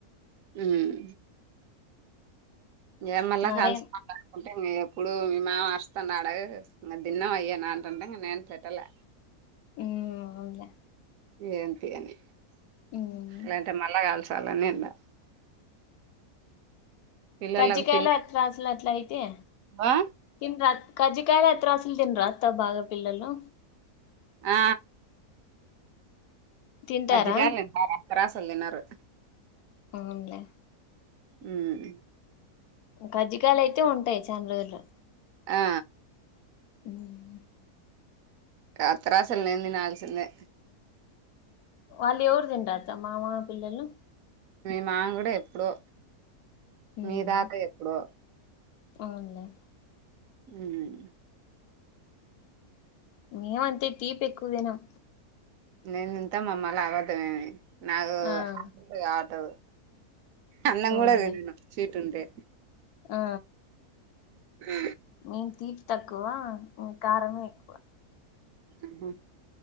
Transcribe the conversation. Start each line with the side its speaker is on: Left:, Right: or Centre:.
Right: ఉమ్ ఇగ మల్లా
Left: మరే
Right: కాల్స్నంక ఉంటే ఇంగ ఎప్పుడు మీ మామ అర్స్తాన్నాడు ఇంగదిన్నం అయ్యేనా అంటంటే ఇంగ నేను పెట్టలే
Left: ఉమ్ వద్దులే
Right: ఏంటి అని
Left: హ్మ్
Right: లేదంటే మళ్ళా కాల్చాలని ఉండా పిల్లలకు
Left: కజ్జికాయలు
Right: తిని
Left: అట్లా అసలు అట్లా అయితయా
Right: ఆ
Left: తిన్రా కజ్జికాయలు అత్ర అసలు తినరా అత్త బాగా పిల్లలు
Right: ఆ
Left: తింటారా
Right: కజ్జికాయాలు <unintelligible> అత్రాసలు తినరు
Left: అవునులే
Right: ఉమ్
Left: కజ్జికాయలయితే ఉంటాయి చాన్రోజులు
Right: ఆ
Left: ఉమ్
Right: అత్ర అసలు నేన్ తినాల్సిందే
Left: వాళ్లేవురు తిన్రా అత్త మామా పిల్లలు
Right: మీ మామ గూడ ఎప్పుడో
Left: హ్మ్
Right: మీ తాత ఎప్పుడో
Left: అవునులే
Right: ఉమ్
Left: మేమంతే తీపి ఎక్కువ తినం
Right: నేను తింటా మామ్మ అల్లా అబద్దమేమి నాకు
Left: ఆ
Right: కావట్దు అన్నం
Left: అవునులే
Right: గూడా తినం స్వీట్ ఉంటే
Left: ఆ
Right: ఆ
Left: నేన్ తీపి తక్కువ కారమే ఎక్కువ
Right: ఉహు